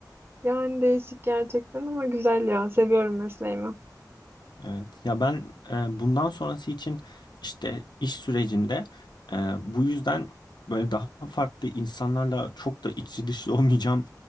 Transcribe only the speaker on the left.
Evet. Ya ben e, bundan sonrası için işte iş sürecinde e, bu yüzden böyle daha farklı insanlarla çok da içi dışı olmayacağım